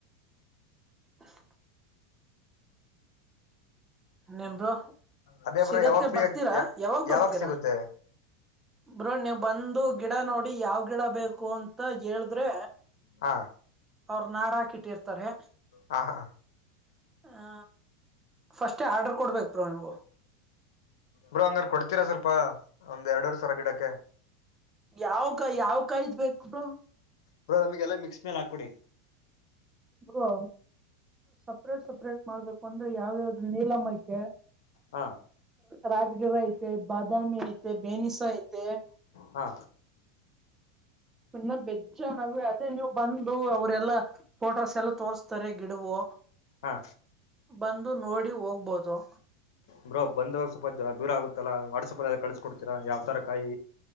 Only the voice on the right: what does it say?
<unintelligible> ಇನ್ನೇನ್ ಬ್ರೋ.
ಸಿಗತ್ತೆ
ಬರ್ತೀರಾ
ಯಾವಾಗ್ ಬರ್ತೀರಾ
ಬ್ರೋ ನೀವು ಬಂದು ಗಿಡ ನೋಡಿ ಯಾವ್ ಗಿಡ ಬೇಕು ಅಂತ ಹೇಳಿದ್ರೆ
ಅವ್ರ ನಾರಾ ಹಾಕಿಟ್ಟಿರ್ತಾರೆ
ಆ ಫಸ್ಟೇ ಆರ್ಡರ್ ಕೊಡ್ಬೇಕ ಬ್ರೋ ನೀವು.
ಯಾವ ಕ ಯಾವ್ ಕಾಯ ಇದ್ ಬೇಕು?
ಬ್ರೋ ಸಪ್ರೇಟ್ ಸಪ್ರೇಟ್ ಮಾಡ್ಬೇಕು ಅಂದ್ರೆ ಯಾವ್ದ ಯಾವ್ದು ನೀಲಮ್ಮ ಐತೆ.
ರಾಜಗಿರ ಐತೆ ಬಾದಾಮಿ ಐತೆ ಬೇನಿಸ ಐತೆ.
ಇನ್ನ ಬೆಚ್ಚ ನಾವ್ ಅದೇ ನೀವ ಬಂದು ಅವರೆಲ್ಲಾ ಫೋಟೋಸ್ ಎಲ್ಲ ತೋರ್ಸ್ತಾರೆ ಗಿಡವು.
ಬಂದು ನೋಡಿ ಹೋಗ್ಬೋದು.